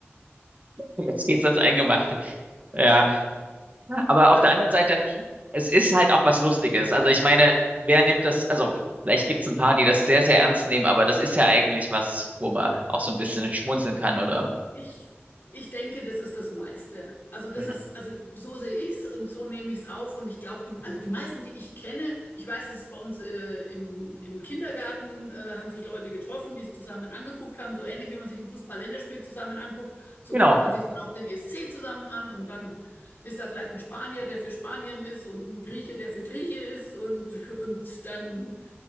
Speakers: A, on the right; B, on the left.
A: Jetzt geht's ans Eingemachte. Ja. Aber
B: Ja.
A: auf der anderen Seite, es ist halt auch was Lustiges. Also ich meine, wer nimmt das, also vielleicht gibt's ein paar, die das sehr, sehr ernst nehmen, aber das ist ja eigentlich was, wo man auch so ein bisschen schmunzeln kann oder
B: Ich, ich denke, das ist das meiste. Also das
A: ja.
B: ist, also so sehe ich es und so nehme ich es auf. Und ich glaube, die, also die meisten, die ich kenne, ich weiß, dass es bei uns äh, im, im Kindergarten äh, haben sich Leute getroffen, die es zusammen angeguckt haben, so ähnlich wie man sich ein Fußball-Länderspiel zusammen anguckt. So
A: Genau.
B: guckt man sich dann auch den ESC zusammen an und dann ist da vielleicht ein Spanier, der für Spanien ist und ein Grieche, der für Grieche ist und, und dann